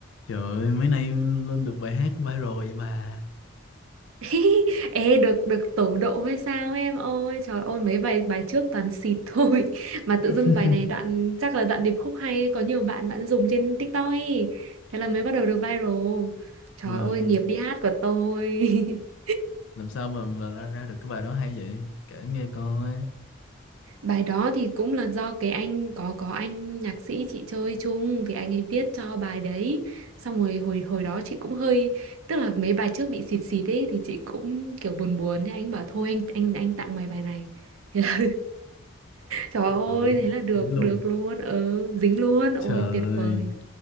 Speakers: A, on the left; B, on the right.
A: Trời ơi, mấy nay lên được bài hát viral vậy bà.
B: <laughs> Ê được được tổ độ hay sao em ơi Trời ơi mấy bài bài trước toàn xịt thôi <laughs> Mà
A: <laughs>
B: tự dưng bài này đoạn Chắc là đoạn điệp khúc hay Có nhiều bạn bạn dùng trên TikTok ấy Thế là mới bắt đầu được viral Trời
A: Mà
B: ơi nghiệp đi hát của tôi <laughs>
A: làm sao mà là ra ra được cái bài đó hay vậy? Kể nghe coi.
B: Bài đó thì cũng là do cái anh Có có anh nhạc sĩ chị chơi chung Thì anh ấy viết cho bài đấy Xong rồi hồi hồi đó chị cũng hơi Tức là mấy bài trước bị xịt xịt ấy Thì chị cũng kiểu buồn buồn Thế anh bảo thôi anh anh anh tặng mày bài này Thế là Trời ơi,
A: Ừ,
B: thế là được,
A: dính luôn.
B: được luôn, ừ, dính luôn, ôi
A: Trời,
B: tuyệt vời.